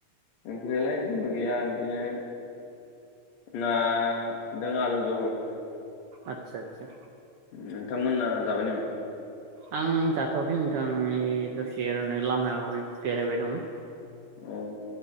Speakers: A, on the left (about 70°); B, on the right (about 80°).
A: ओंख्रियालाय जेबो गैया बिदिनो ना दों आलु जहल।
B: आतसा आतसा।
A: नोंथांमोनना जाबाय नामा?
B: आं जाथ'वाखै नोंथां ओइ दसे ओरैनो लामायाव बेरायबाय दं।
A: ओ